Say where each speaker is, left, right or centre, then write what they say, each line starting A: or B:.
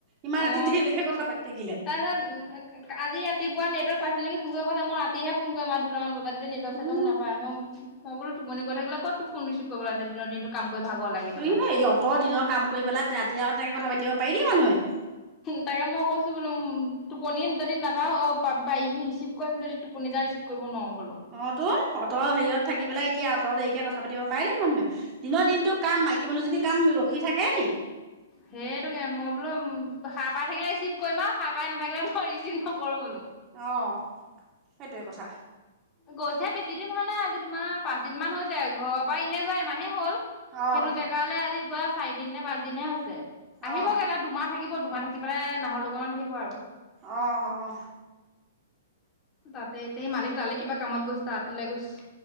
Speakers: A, on the right; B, on the left.
A: ইমান ৰাতি
B: অ
A: দেৰিলৈকে কথা পাতি থাকিলে
B: তাৰপিছত আজি ৰাতিপুৱা। নেটৱক পাইছিল নে ফোন কৰি কৈছে মই ৰাতিহে ফোন কৰিম আৰু দুটামান বজাত। নেটৱৰ্ক চেটৱৰ্ক
A: উম
B: নাপায় মই মই বো টোপনি গৈ থাকিলে কত তোৰ ফোন ৰিচিভ কৰিবলে আছে দিনৰ দিনটো কাম কৰি ভাগৰ লাগি পেলাই
A: এ অতৰ দিনৰ কাম কৰি পেলাই ৰাতি আত তেনেকে কথা পাতিব পাৰি নেকি মানুহে।
B: তাকে মই কৈছো বোলো টোপনি যদি নাপাওঁ অ প পাৰিবি ৰিচিভ কৰিম যদি টোপনি নিজাই ৰিচিপ কৰিব নোৱাৰো। বোলো
A: অ তোন অঁতৰ হেৰিয়ত থাকি পেলাই। এতিয়া আঁতৰতৰ এৰিকে কথা পাতি পাৰে দেই মানুহে দিনৰ দিনটো কাম মাইকী মানুহজনি কাম ৰখি থাকে নি
B: সেইটোকে মই বোলো সাহ পাই থাকিলে ৰিচি <unintelligible> কৰিম আও সা পাই নাথাকিলে মই ৰিচিভ নকৰো বোলো।
A: অ সেইটোৱে কথা।
B: গৈছে বেছি দিন হোৱা নাই আজি তোমাৰ পাঁচ দিনমান হৈছে ঘৰৰ পৰা এনে যোৱা এমাহে হ'ল।
A: অ
B: সেইটো জেগালে আজি যোৱা চাৰিদিন নে পাঁচ দিনহে হৈছে আহিবগে
A: অ
B: তাত দুমাহ থাকি থাকিব তোমাৰ থাকি পেলাই নাহৰ লগত আহিব আৰু।
A: আহ অ
B: তাতে এতিয়া সেই মালিক তালৈ কিবা কামত গৈছে তালৈ গৈছে।